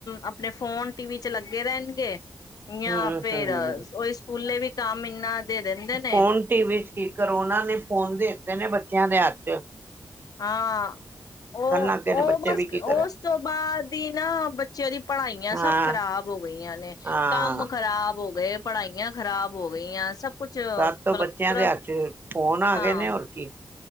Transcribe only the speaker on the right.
ਹਮ
ਹਮ
ਫੋਨ ਟੀ ਵੀ ਚ ਕੀ ਕਰੋਨਾ ਨੇ ਫੋਨ ਦਿੱਤੇ ਨੇ ਬੱਚਿਆਂ ਦੇ ਹੱਥ। ਅੱਛਾ।
ਲੱਗ ਗਏ ਨੇ ਬੱਚੇ
ਵੀ ਕੀ ਕਰਨ
ਹਾਂ
ਹਾਂ
ਤਦ ਤੋਂ
ਬੱਚਿਆਂ
ਦੇ ਹੱਥ ਫੋਨ ਆ
ਗਏ ਨੇ ਹੋਰ ਕੀ।